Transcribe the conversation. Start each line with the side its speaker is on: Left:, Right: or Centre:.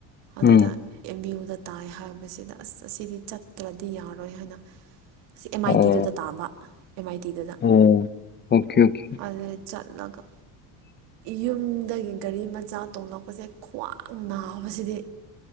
Right: ꯑꯗꯨꯗ
Left: ꯎꯝ
Right: ꯑꯦꯝ ꯌꯨꯗ ꯇꯥꯏ ꯍꯥꯏꯕꯁꯤꯗ ꯑꯁ ꯑꯁꯤꯗꯤ ꯆꯠꯇ꯭ꯔꯗꯤ ꯌꯥꯔꯣꯏ ꯍꯥꯏꯅ ꯁꯤ ꯑꯦꯝ ꯑꯥꯏ
Left: ꯑꯣ
Right: ꯇꯤꯗꯨꯗ ꯇꯥꯕ ꯑꯦꯝ ꯑꯥꯏ ꯇꯤꯗꯨꯗ
Left: ꯑꯣ ꯑꯣꯀꯦ ꯑꯣꯀꯦ
Right: ꯑꯗꯨ ꯆꯠꯂꯒ ꯌꯨꯝꯗꯒꯤ ꯒꯥꯔꯤ ꯃꯆꯥ ꯇꯣꯡꯂꯛꯄꯁꯦ ꯈ꯭ꯋꯥꯡ ꯅꯥꯕꯁꯤꯗꯤ